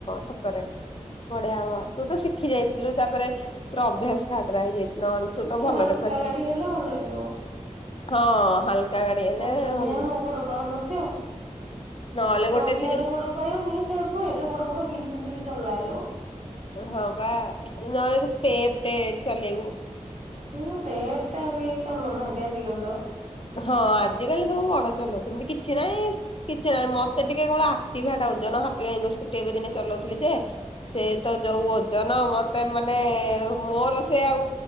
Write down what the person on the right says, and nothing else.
ଟିକେ
ହାଲକା
ଗାଡି ହେଲେ ଭଲ ଲାଗିବ।
ଓଜନିଆ
ମୋ ଗୋଡ ପାଉନଥିବ
ପ୍ରଜ୍ଞ
ର ଗୋଡ ପାଉନି ସେ ନୁହଁ ଏଡେ ବଡ ବଡ଼ ହିଲ ପିନ୍ଧିକି ଚଲାଇଲୁ
ହୁଁ ଟେପ ଟା ଆଉ କେଇ ଚଲୁନାହାନ୍ତି ଆଜିିକାଲି ତ।